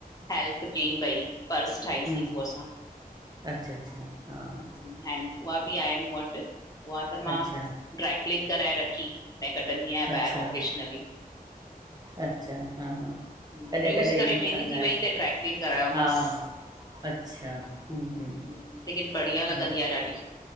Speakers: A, on the left (about 25°); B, on the right (about 25°).
A: हैेल्प कयईं भई पर्स ठाहीसीं
B: हम्म
A: पोइ असां
B: अच्छा अच्छा! हा
A: हैड उहा बि आहे मूं वट उहा त मां
B: अच्छा
A: ड्राइक्लीन कराए रखी! कढणी आहियां
B: अच्छा
A: बैहिर ओकेशनली।
B: अच्छा हा हा!
A: हम्म,
B: कॾहिं
A: यूज़
B: कॾहिं
A: करे
B: यूस
A: मेरी
B: कंदा
A: थी
B: आहियो
A: वई त ड्रैक्लीन करायोमस!
B: हा अच्छा हम्म!
A: हम्म लेकिन बढ़िया
B: हम्म
A: लॻंदी आ ॾाढी!